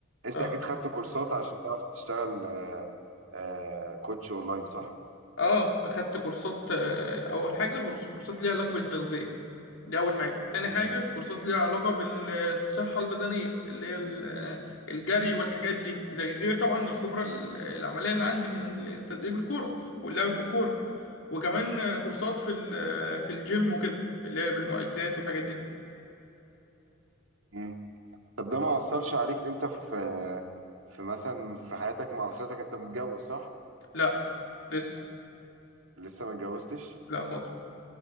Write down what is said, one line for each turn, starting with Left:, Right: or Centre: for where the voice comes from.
Right: انت
Left: اه
Right: اكيد خدت كورسات عشان تعرف تشتغل آه، آه، كوتش اونلاين صح؟
Left: اه اخدت كورسات آه، اول حاجه كورس- كورسات ليها علاقه بالتغذيه دي اول حاجه تاني
Right: مم.
Left: حاجه كورسات ليها علاقه بالصحه البدنيه اللي هي ال- آه، الجري والحاجات دي ده غير طبعا الخبره ال- العمليه اللي عندي من تدريب الكوره واللعب في الكوره وكمان آه، كورسات في ال- آه، في الجيم وكده اللي هي بالمعدات والحاجات دي
Right: مم. طب ده ما أثرش عليك انت في في مثلا في حياتك مع اسرتك انت متجوز صح؟
Left: لا لسه
Right: لسه ما اتجوزتش؟
Left: لا خالص